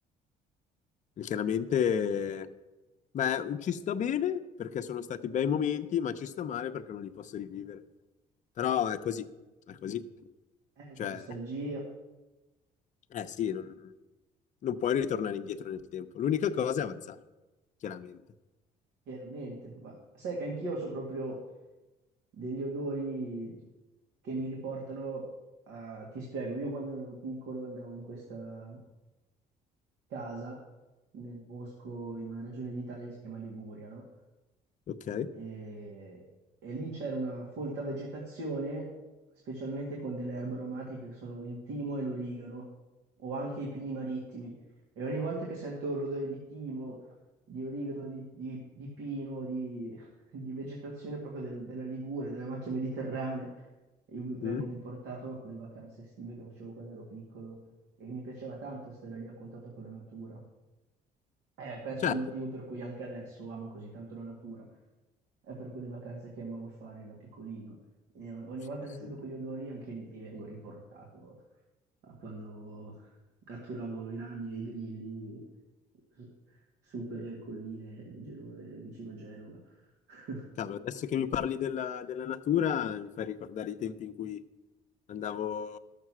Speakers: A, on the left; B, on the right.
A: E chiaramente, beh, ci sto bene perché sono stati bei momenti, ma ci sto male perché non li posso rivivere. Però è così, è così.
B: è
A: Cioè,
B: la nostalgia,
A: eh sì, non, non puoi ritornare indietro nel tempo. L'unica cosa è avanzare, chiaramente.
B: chiaramente, ma sai che anch'io ho proprio degli odori che mi riportano a... Ti spiego, io quando ero piccolo andavo in questa casa nel bosco in una regione d'Italia che si chiama Liguria, no?
A: Ok?
B: e, e lì c'era una folta vegetazione, specialmente con delle erbe aromatiche che sono il timo e l'origano, o anche i pini marittimi. E ogni volta che sento l'odore di timo, di origano, di, di- di pino, di, di vegetazione proprio del- della Ligure, della macchia mediterranea, io vengo
A: Mm?
B: riportato a quelle vacanze estive che facevo quando ero piccolo e mi piaceva tanto stare lì a contatto con la natura. È penso
A: Certo.
B: il motivo per cui anche adesso amo così tanto la natura. È per quelle vacanze che amavo fare da piccolino. E o- ogni
A: Sì,
B: volta che
A: sì.
B: sento quegli odori, anche lì e vengo riportato a quando catturavo i ragni e i grilli su su per le colline genove, vicino Genova. <laughs>
A: Cavolo, adesso che mi parli della, della natura, mi fai ricordare i tempi in cui andavo